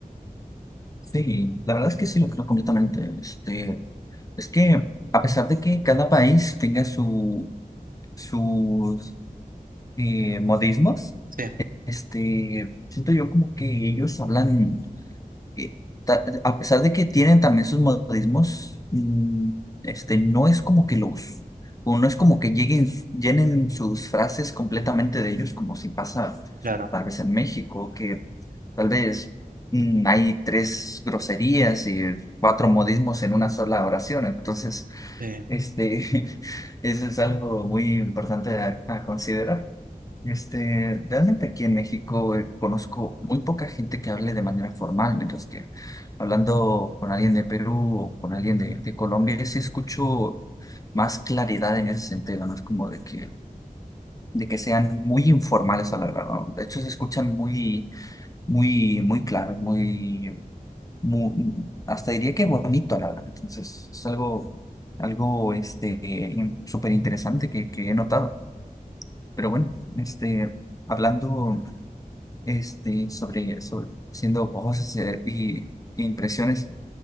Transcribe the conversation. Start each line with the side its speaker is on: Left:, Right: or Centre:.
Left: Sí, la verdad es que sí lo creo completamente. Este, es que a pesar de que cada país tenga su, sus eh, modismos,
Right: Sí,
Left: este, siento yo como que ellos hablan. eh, ta- a pesar de que tienen también sus modismos, mm, este, no es como que los, o no es como que lleguen, llenen sus frases completamente de ellos, como si pasa
Right: claro.
Left: tal vez en México, que tal vez mm, hay tres groserías y cuatro modismos en una sola oración. Entonces,
Right: sí.
Left: este, <laughs> eso es algo muy importante a a considerar. Este, realmente aquí en México eh, conozco muy poca gente que hable de manera formal, mientras que hablando con alguien de Perú o con alguien de, de Colombia, sí escucho más claridad en ese sentido, no es como de que, de que sean muy informales a la verdad, ¿no? De hecho, se escuchan muy, muy, muy claros, muy, muy, hasta diría que bonito, la verdad. Entonces, es algo, algo, este, in- súper interesante que, que he notado. Pero bueno, este, hablando este, sobre, sobre siendo voces eh, y, y impresiones,